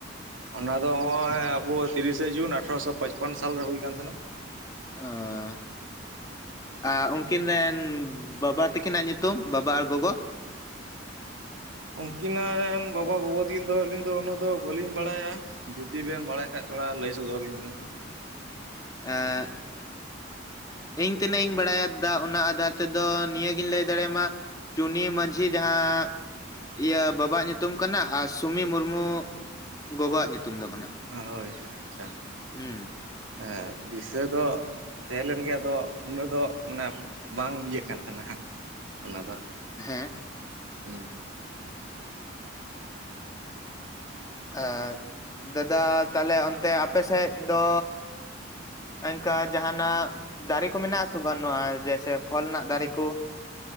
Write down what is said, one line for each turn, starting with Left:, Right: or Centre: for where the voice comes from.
Right: ᱚᱱᱟ ᱫᱚ ᱱᱚᱜᱼᱚᱭ ᱟᱵᱚ ᱛᱤᱨᱤᱥᱮ ᱡᱩᱱ ᱟᱴᱷᱨᱚᱥᱚ ᱯᱚᱪᱯᱚᱱ ᱥᱟᱞᱨᱮ ᱦᱩᱭ ᱠᱟᱱᱟᱱ ᱛᱟᱦᱮᱱᱟ᱾
Left: ᱟᱸᱻ ᱟᱨ ᱩᱱᱠᱤᱱ ᱨᱮᱱ ᱵᱟᱵᱟ ᱛᱟᱹᱠᱤᱱᱟᱜ ᱧᱩᱛᱩᱢ ᱵᱟᱵᱟ ᱟᱨ ᱜᱚᱜᱚ
Right: ᱩᱱᱠᱤᱱᱟ ᱨᱮᱱ ᱵᱟᱵᱟ ᱜᱚᱜᱚ ᱛᱟᱹᱠᱤᱱ ᱫᱚ ᱟᱹᱞᱤᱧ ᱫᱚ ᱩᱱᱟᱹᱜ ᱫᱚ ᱵᱟᱟᱹᱞᱤᱧ ᱵᱟᱲᱟᱭᱟ᱾ ᱡᱩᱫᱤ ᱵᱮᱱ ᱵᱟᱲᱟᱭ ᱠᱷᱟᱡ ᱛᱷᱚᱲᱟ ᱞᱟᱹᱭ ᱥᱚᱫᱚᱨ ᱟᱹᱞᱤᱧ ᱵᱮᱱ?
Left: ᱦᱮᱻ ᱤᱧ ᱛᱤᱱᱟᱹᱜ ᱤᱧ ᱵᱟᱲᱟᱭᱟ᱾ ᱚᱱᱟ ᱟᱫᱷᱟᱨ ᱛᱮᱫᱚ ᱱᱤᱭᱟᱹᱜᱤᱧ ᱞᱟᱹᱭ ᱫᱟᱲᱮᱭᱟᱢᱟ ᱪᱩᱱᱤ ᱢᱟᱹᱡᱷᱤ ᱡᱟᱦᱟᱸ ᱤᱭᱟᱹ ᱵᱟᱵᱟᱣᱟᱜ ᱧᱩᱛᱩᱢ ᱠᱟᱱᱟ ᱟᱨ ᱥᱩᱢᱤ ᱢᱩᱨᱢᱩ ᱜᱚᱜᱚᱣᱟᱜ ᱧᱩᱛᱩᱢ ᱫᱚ ᱠᱟᱱᱟ᱾
Right: ᱦᱳᱭ ᱟᱪᱪᱷᱟ
Left: ᱦᱩᱸ
Right: ᱦᱮᱸ ᱫᱤᱥᱟᱹ ᱫᱚᱼᱼ ᱛᱟᱦᱮᱸ ᱞᱮᱱ ᱜᱮ ᱟᱫᱚ ᱩᱱᱟᱹᱜ ᱫᱚ ᱢᱟᱱᱮ ᱵᱟᱝ ᱤᱭᱟᱹᱜ ᱠᱟᱱ ᱛᱟᱦᱮᱱᱟᱜ ᱚᱱᱟ ᱫᱚ,
Left: ᱦᱮᱸᱼᱼ
Right: ᱦᱚᱢ
Left: ᱮ ᱫᱟᱫᱟ ᱛᱟᱦᱞᱮ ᱚᱱᱛᱮ ᱟᱯᱮ ᱥᱮᱫ ᱫᱚᱼᱼ ᱚᱱᱠᱟ ᱡᱟᱦᱟᱱᱟᱜ ᱫᱟᱨᱮ ᱠᱚ ᱢᱮᱱᱟᱜ ᱟᱥ ᱵᱟᱹᱱᱩᱜᱼᱟ ᱡᱮᱭᱮᱥᱮ ᱯᱷᱚᱞ ᱨᱮᱱᱟᱜ ᱫᱟᱨᱮ ᱠᱚᱼᱼ